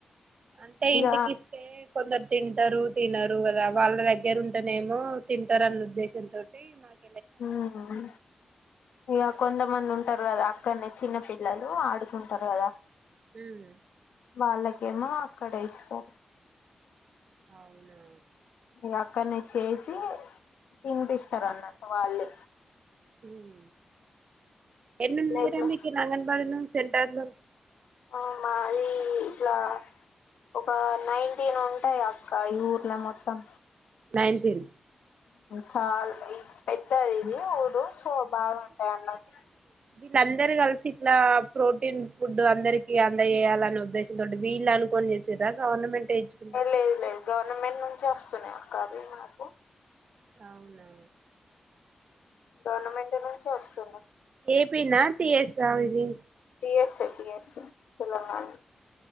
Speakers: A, on the right; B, on the left.
A: అంటే
B: ఇక
A: ఇంటికిస్తే కొందరు తింటారు తినరు కదా వాళ్ళ దగ్గర ఉంటేనే ఏమో తింటారు అన్న ఉద్దేశం తోటి మాకు
B: హ ఇక కొంతమంది ఉ టారు కదా అక్కడనే చిన్న పిల్లలు ఆడుకుంటారు కదా
A: మ్మ్
B: వాళ్ళకేమో అక్కడే ఇస్తారు
A: అవునా
B: ఇగ అక్కడనే చేసి తినిపిస్తారు అన్నట్టు వాళ్ళే
A: హ ఎన్నున్నయ్
B: ప్లేట్లో
A: రా మీకి నంగన్ బడిలు సెంటర్ లో
B: అ మాది ఇట్లా ఒక నైన్టీన్ ఉంటాయి అక్క ఈ ఊర్లో మొత్తం
A: నైన్టీన్
B: చాల పెద్దదిది ఊరు సో బాగా ఉంటయి అన్నట్టు
A: వీళ్ళందరు కలిసి ఇట్లా ప్రోటీన్ ఫుడ్ అందరికీ అందజేయాలనే ఉద్దేశంతో వీళ్ళు అనుకోని చేసేదా గవర్నమెంట్ టే ఇచ్చిందా
B: లేదు లేదు గవర్నమెంట్ నుంచి వస్తున్నాయి అక్క అవి మాకు
A: అవునా
B: గవర్నమెంట్ నుంచి వస్తుంది
A: ఏ పి నా టి యస్ ఆ మీది
B: టి యస్ టి యస్ ఏ తెలంగాణ